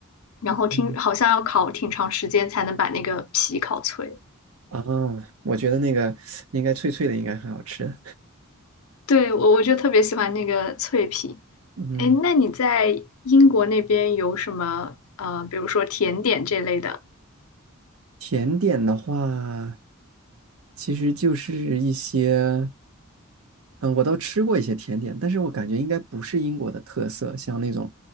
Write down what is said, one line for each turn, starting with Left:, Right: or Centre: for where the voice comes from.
Left: 然后听好像要烤挺长时间才能把那个皮烤脆。
Right: 嗯，哦，我觉得那个应该脆脆的，应该很好吃。
Left: 对，我我就特别喜欢那个脆皮。
Right: 嗯，
Left: 哎，那你在英国那边有什么呃，比如说甜点这类的？
Right: 甜点的话，其实就是一些。嗯，我倒吃过一些甜点，但是我感觉应该不是英国的特色，像那种